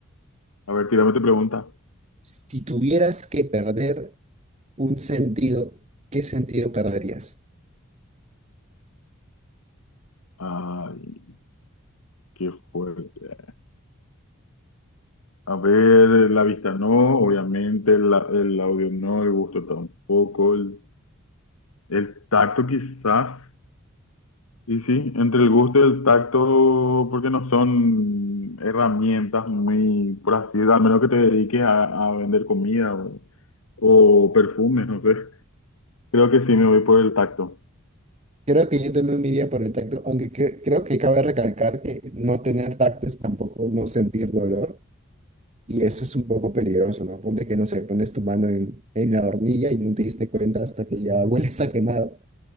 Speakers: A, on the left; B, on the right.
A: A ver, tírame tu pregunta.
B: Si tuvieras que perder un sentido, ¿qué sentido perderías?
A: Ay, qué fuerte. A ver, la vista no, obviamente, la- el audio no, el gusto tampoco, el, el tacto quizás, Y sí, entre el gusto y el tacto, porque no son herramientas muy, por así decirlo, al menos que te dediques a, a vender comida o, o perfumes, no sé. Creo que sí me voy por el tacto.
B: Creo que yo también me iría por el tacto, aunque cre- creo que cabe recalcar que no tener tacto es tampoco no sentir dolor, y eso es un poco peligroso, ¿no? Ponte que, no sé, pones tu mano en, en la hornilla y no te diste cuenta hasta que ya <laughs> hueles a quemado.